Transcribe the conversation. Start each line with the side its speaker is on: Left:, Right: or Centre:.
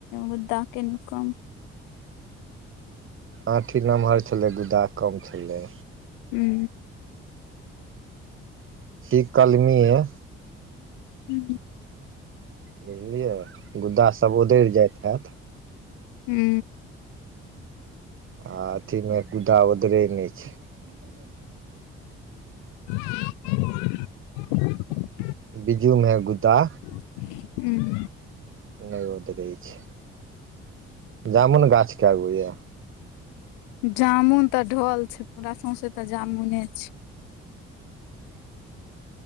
Left: मुद्दा कनि कम
Right: आँठी नमहर छलै, गुद्दा कम छलै
Left: हू
Right: इ कलमी ये
Left: हू
Right: बुझलियै गुद्दा सभ ओदरि जाइत हैत
Left: हू
Right: आ अथी मे कुदाा ओदरे नहि छै <inaudible>
Left: <inaudible>
Right: बिजू मे गुद्दा
Left: <inaudible>
Right: नय ऑडरे छै जामुन गाछ केगो यए
Left: जामुन तऽ ढोल छै पूरा सौंसे तऽ जामुने छै
Right: <inaudible>